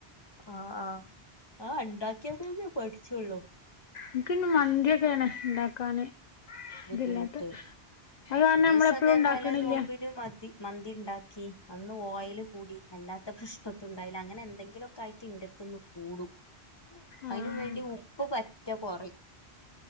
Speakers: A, on the left (about 25°); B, on the left (about 50°).
A: ആഹ് ആഹ് ആ ഇണ്ടാക്കിയതെന്നേ പഠിച്ചുള്ളൂ
B: ഇൻക്ക് പിന്നെ മന്തിയൊക്കേണ് ഇണ്ടാക്കാന്
A: ബുദ്ധിമുട്ട്
B: ഇതില്ലാത്തെ അത് കാരണം
A: ഒരീസതേപോലെ
B: നമ്മളെപ്പളും ഇണ്ടാക്ക്ണില്ല
A: നോമ്പിനു മതി മന്തി ഇണ്ടാക്കി അന്ന് ഓയിൽ കൂടി അല്ലാത്ത പ്രശ്നക്കണ്ടായി ല അങ്ങനെ എന്തെങ്കിലും ഒക്കെ ആയിട്ട് ഇന്റെടുത്ത്ന്ന് കൂടും
B: ആഹ്
A: അയ് നും വേണ്ടി ഉപ്പ് പറ്റെ കൊറിം